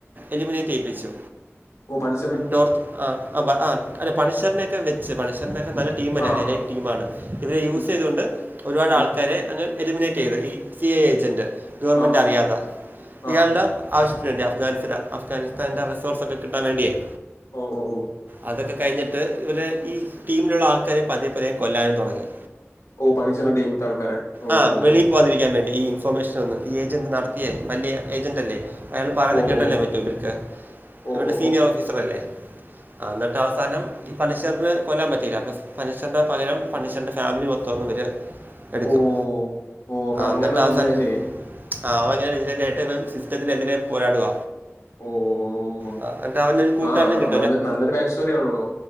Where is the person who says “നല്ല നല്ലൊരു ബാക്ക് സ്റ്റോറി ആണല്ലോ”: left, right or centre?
Left